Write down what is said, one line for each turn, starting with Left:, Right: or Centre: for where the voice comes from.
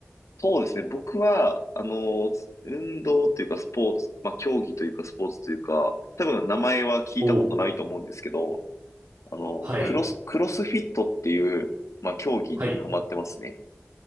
Left: そうですね。僕は、あの、運動というかスポーツ、まあ、競技というかスポーツというか、多分名前は聞いたことないと思うんですけど、
Right: お、
Left: あの、
Right: はい、
Left: クロス、クロスフィットっていう、まあ、競技にハマってますね。
Right: はい。